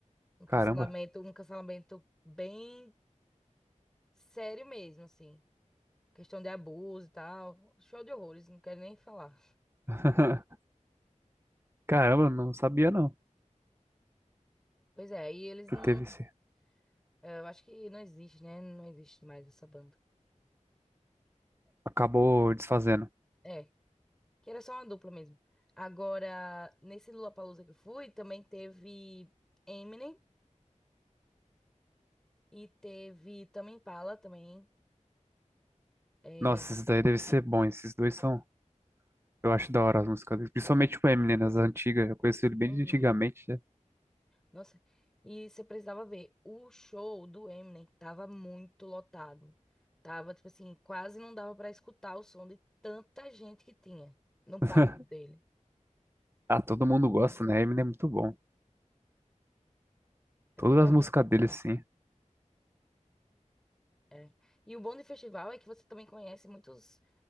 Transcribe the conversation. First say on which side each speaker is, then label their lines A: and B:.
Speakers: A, in the centre; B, on the right (about 20°).
A: Um cancelamento,
B: Caramba.
A: um cancelamento bem sério mesmo, assim. Questão de abuso e tal. Show de horrores, não quero nem falar.
B: <laughs> Caramba, não sabia não
A: Pois é, e eles
B: que
A: não.
B: teve esse.
A: eh, Eu acho que não existe, né? Não existe mais essa banda.
B: Acabou desfazendo.
A: É, que era só uma dupla mesmo. Agora, nesse Lollapalooza que eu fui, também teve Eminem. E teve Tame Impala também. É,
B: Nossa, esses daí deve ser bom. Esses dois são. Eu acho da hora as músicas. deles. Principalmente o Eminem, nas antigas. Eu conheço ele bem
A: uhum.
B: de antigamente, né?
A: Nossa, e você precisava ver, o show do Eminem tava muito lotado. Tava, tipo assim, quase não dava pra escutar o som de tanta gente que tinha no
B: <laughs>
A: palco dele.
B: Ah, todo mundo gosta, né? Eminem é muito bom.
A: Exatamente.
B: Todas as músicas dele, sim.
A: É. E o bom do festival é que você também conhece muitos,